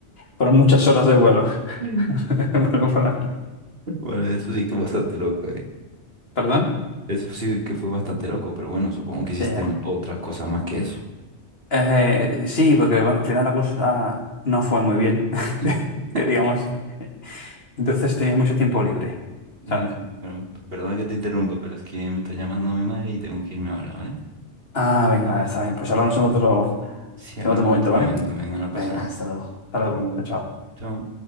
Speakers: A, on the left; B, on the right.
A: Fueron muchas horas de vuelo.
B: <laughs>
A: <laughs> Vuelo para-
B: Bueno, eso sí que es bastante loco, ¿eh?
A: ¿Perdón?
B: Eso sí que fue bastante loco, pero bueno, supongo que hiciste
A: Ya, ya.
B: otras cosas más que eso.
A: Eh, sí, porque bueno, al final la cosa no fue muy bien. <laughs>
B: <laughs>
A: Que digamos. Entonces tenía mucho tiempo libre,
B: Eh,
A: ¿sabes?
B: bueno, perdón que te interrumpa, pero es que me está llamando mi madre y tengo que irme ahora, ¿vale?
A: Ah, venga, vale, está bien. Pues hablamos en otro,
B: Si hablamos
A: en otro momento,
B: en otro
A: ¿vale?
B: momento, venga, no
A: Venga,
B: pasa nada.
A: hasta luego. Hasta
B: Hasta
A: luego.
B: luego.
A: Chao, chao.
B: Chao.